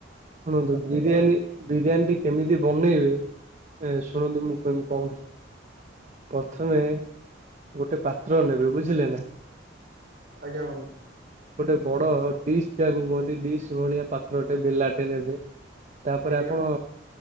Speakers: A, on the right; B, on the right.
A: ଶୁଣନ୍ତୁ ବିରିୟାନୀ ବିରିୟାନୀଟି କେମିତି ବନେଇବେ ଶୁଣନ୍ତୁ ମୁଁ କଣ ପ୍ରଥମେ ଗୋଟେ ପାତ୍ର ନେବେ ବୁଝିଲେ ନା
B: ଆଜ୍ଞା ହ
A: ଗୋଟେ ବଡ ଡିସ୍ ଯାହାକୁ କୁହନ୍ତି ଡିସ୍ ଭଳିଆ ପାତ୍ରଟେ ବେଲାଟେ ନେବେ ତାପରେ
B: ଆଜ୍ଞା
A: ଆପଣ